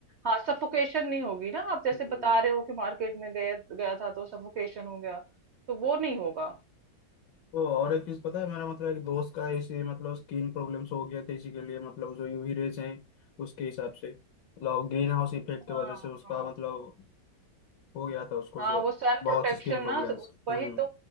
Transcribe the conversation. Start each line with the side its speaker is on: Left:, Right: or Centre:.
Right: हाँ सफोकेशन नहीं होगी ना आप जैसे
Left: हम्म
Right: बता रहे हो कि मार्केट में गया गया था तो सफोकेशन हो गया तो वो नहीं होगा
Left: वो और एक चीज पता है मेरा मतलब एक दोस्त का ऐसे मतलब स्किन प्रॉब्लम्स हो गया था इसी के लिए मतलब जो यूवी रेज हैं उसके हिसाब से मतलब ग्रीन हाउस इफेक्ट की
Right: हाँ
Left: वजह से उसका
Right: हाँ
Left: मतलब हो गया था उसको
Right: हाँ
Left: से
Right: वो सन
Left: बहुत
Right: प्रोटेक्शन
Left: स्किन प्रॉब्लम्स
Right: ना वही
Left: हम्म
Right: तो